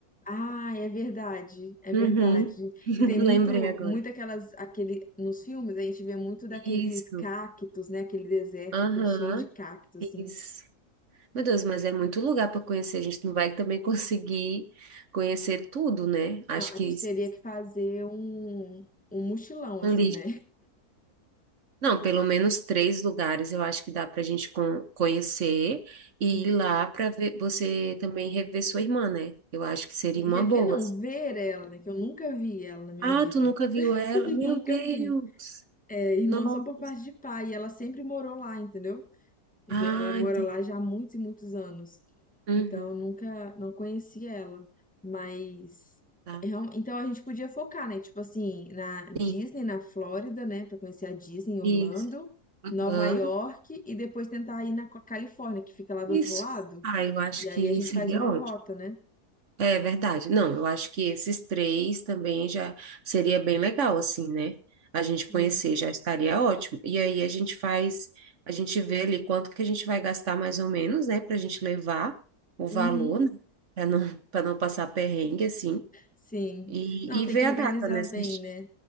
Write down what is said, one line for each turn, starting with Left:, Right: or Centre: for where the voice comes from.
Centre: Ah, é verdade, é
Right: Uhum.
Centre: verdade.
Right: <laughs>
Centre: Que tem muito,
Right: Lembrei agora.
Centre: muito aquelas, aquele, nos filmes a gente vê muito daqueles
Right: Isso.
Centre: cactos, né? Aquele deserto,
Right: Aham.
Centre: aquele cheio de cactos,
Right: Isso.
Centre: assim.
Right: Meu Deus, mas é muito lugar para conhecer. A gente não vai também conseguir conhecer tudo, né? Acho
Centre: Não, a
Right: que
Centre: gente teria que fazer um, um mochilão,
Right: ali,
Centre: assim, né?
Right: não, pelo menos três lugares eu acho que dá para a gente con- conhecer e
Centre: <laughs>
Right: ir lá para ver você também rever sua irmã, né? Eu acho que seria
Centre: E
Right: uma
Centre: rever
Right: boa.
Centre: não,
Right: assim.
Centre: ver ela, né? Que eu nunca vi ela na minha
Right: Ah,
Centre: vida.
Right: tu nunca viu
Centre: <laughs>
Right: ela? Meu
Centre: Nunca
Right: Deus!
Centre: vi. É, irmã
Right: Nossa!
Centre: só por parte de pai. E ela sempre morou lá, entendeu? Já-
Right: Ah,
Centre: Ela mora
Right: entendi.
Centre: lá já há muitos e muitos anos.
Right: Uhum,
Centre: Então eu nunca, não conheci ela. Mas.
Right: tá.
Centre: real- Então a gente podia focar, né? Tipo assim, na Disney,
Right: Sim,
Centre: na Flórida, né? Pra conhecer a Disney em Orlando,
Right: isso. Aham,
Centre: Nova York e depois tentar ir na Co- Califórnia, que fica lá do
Right: Isso.
Centre: outro lado.
Right: Ah, eu acho
Centre: E
Right: que
Centre: aí a gente
Right: seria
Centre: faz uma
Right: ótimo.
Centre: rota, né?
Right: É verdade. Não, eu acho que esses três também já seria bem legal, assim, né? A gente
Centre: Sim.
Right: conhecer já estaria ótimo. E aí a gente faz, a gente vê ali quanto que a gente vai gastar mais ou menos, né? Pra gente levar o valor,
Centre: Uhum.
Right: né? Pra não, <laughs> pra não passar perrengue, assim.
Centre: Sim.
Right: E,
Centre: Não,
Right: e
Centre: tem
Right: ver
Centre: que organizar
Right: a data, né?
Centre: bem,
Right: certi-
Centre: né?